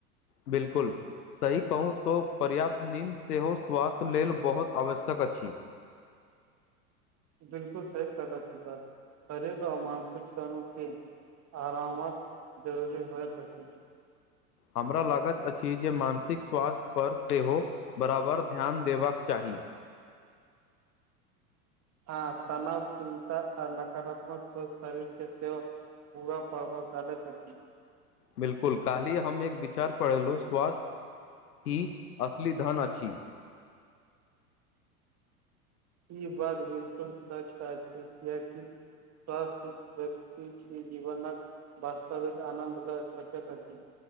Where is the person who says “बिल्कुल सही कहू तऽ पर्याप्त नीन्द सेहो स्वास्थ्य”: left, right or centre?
Left